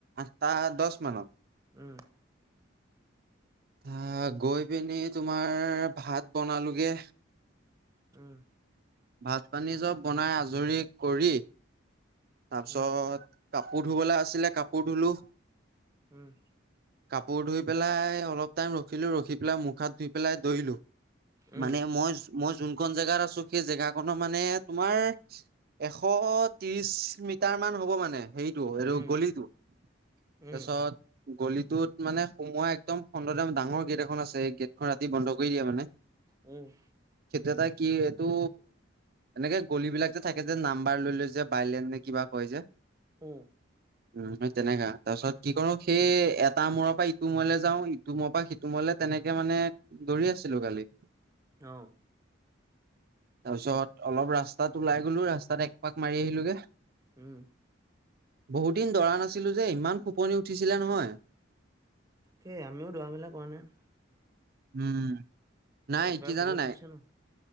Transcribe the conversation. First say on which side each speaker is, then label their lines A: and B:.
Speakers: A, on the right; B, on the right.
A: আঠটা দহ মানত।
B: উম।
A: অহ গৈ প নি। তোমাৰ ভাত বনালোগে।
B: উম।
A: ভাত পানী চব বনাই আজৰি কৰি তাৰপিছত।
B: উম,
A: কাপোৰ ধুবলৈ আছিলে কাপোৰ ধুলো।
B: উম।
A: কাপোৰ ধুই পেলাই অলপ টাইম ৰখিলো ৰখি পেলাই মুখ হাত ধুই পেলাই দৰিলো।
B: উম,
A: মানে মই মই যোনখন জেগাত আছো সেই জেগাখনৰ মানে তোমাৰ। এশ ত্ৰিশ মিটাৰ মান হ'ব মানে হেই। এই
B: উম,
A: গলি তো
B: উম,
A: তাৰপাছত। গলিটোত মানে সোমোৱা একদম ফন্দম ডাঙৰ গেট এখন আছে। ৰাতি বন্ধ কৰি দিয়া মানে
B: উম,
A: সেইটো এটা কি এইটো। এনেকে গলিবলাক যে থাকে যে নাম্বাৰ লৈ লৈ যে বাইলেন নে কিবা কয় যে।
B: উম।
A: উম তেনেকা তাৰ পিছত কি কৰো সেই এটা মূৰ পৰা ইটো মূৰলে যাওঁ ইটো মূৰ পৰা। তোমালে তেনেকে মানে দৌৰি আছিলো কালি।
B: অহ।
A: তাৰপিছত অলপ ৰাস্তাত ওলাই গলো ৰাস্তাত একপাক মাৰি আহিলোগে।
B: উম।
A: বহুতদিন দৰা নাছিলোঁ যে ইমান ফোপনি উঠিছিলে নহয়।
B: তাকেই আমিও দৰা মেলা কৰা নাই।
A: উম। নাই
B: চৰকাৰে
A: কি জানা
B: বহুত
A: নাই
B: দিছে ন।